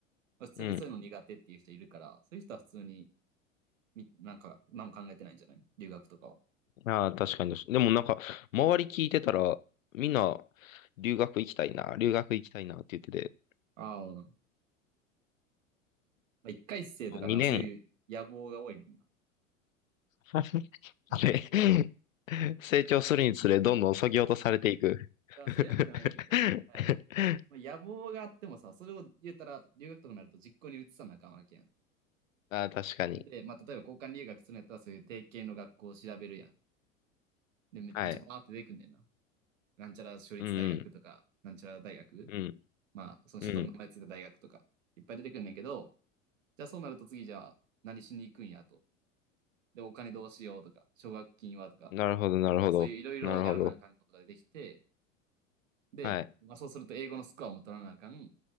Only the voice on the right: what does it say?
まあ普通にそういうの苦手っていう人いるから、
そういう人は普通に、みなんか、何も考えてないんじゃない留学とかは。
ああ、まあ、一回生とかな、
そういう野望が多いもんな。
うん
や、そういうわけじゃないねんけど、なんやろ。まあ、野望があってもさ、それを言うたら、留学とかになると実行に移さなあかんわけやん。
で、まあ、例えば交換留学するんやったら、そういう定型の学校を調べるやん。で、めめっちゃバーって出てくんねんな。
なんちゃら私立大学とか、
なんちゃら大学
まあ、その首都の名前ついた大学とか、
いっぱい出てくんねんけど、じゃあそうなると次じゃあ何しに行くんやと。で、お金どうしようとか、奨学金はとか、
まあ、そういういろいろやらなあかんことが出てきて、
で、
まあ、そうすると英語のスコアも取らなあかん。そ